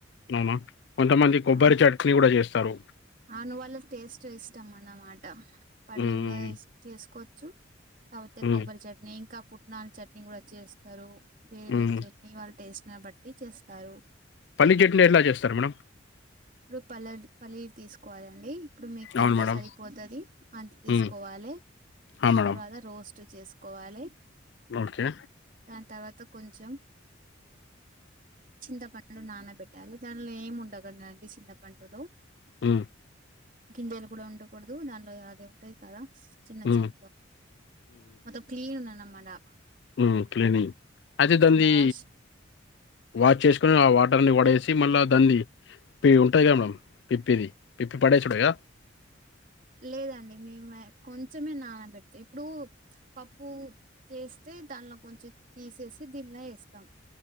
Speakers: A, on the left; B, on the right.
A: అవునా కొంతమంది
B: ఆ
A: కొబ్బరి చెట్ ట్నీ కూడా చేస్తారు
B: అవును వాళ్ళ టేస్ట్ ఇష్టం అన్నమాట పల్లీలా
A: ఉమ్,
B: చేసుకోవచ్చు కాపోతే
A: ఉమ్,
B: కొబ్బరి చట్నీ ఇంకా పుట్నాల చట్నీ కూడా చేస్తారు వేరు వేరు
A: ఉమ్.
B: చెట్ ఇగ వాళ్ళ టేస్ట్ నా బట్ టి చేస్తారు
A: పల్లి చట్నీ ఎట్లా చేస్తారు మేడం
B: ఇప్పుడు పలల్ పల్లీ తీసుకోవాలండి ఇప్పుడు మీకు
A: అవును
B: ఎంత
A: మేడం
B: సరిపోతది అంత తీసుకోవాలే
A: ఉమ్,
B: దాని
A: ఆ మేడం
B: తర్వాత రోస్ట్ చేసుకోవాలే
A: ఓకే
B: దాని తర్వాత కొంచెం చింతపండు నానబెట్టాలి దానిలో ఏం ఉండదు అండి చింతపండులో
A: మ్
B: గింజెలు కూడా ఉండకూడదు దానిలో అది ఉంటయ్ కదా చిన్న
A: ఉమ్,
B: చిన్న ప్రతి క్లీను నన్నామ్మడా
A: మ్ క్లీనింగ్ అదే దంది
B: వాష్
A: వాష్ చేసుకోని ఆ వాటర్ని పడేసి మళ్ళా దాన్ని పే ఉంటది కదా మల పిప్పిది పిప్పి పడే సూడుగా
B: లేదండి మేమే కొంచమే నానబెడుత ఇప్పుడు పప్పు చేస్తే దానిలో కొంచెం తీసేసి దీనిలా ఎస్తాం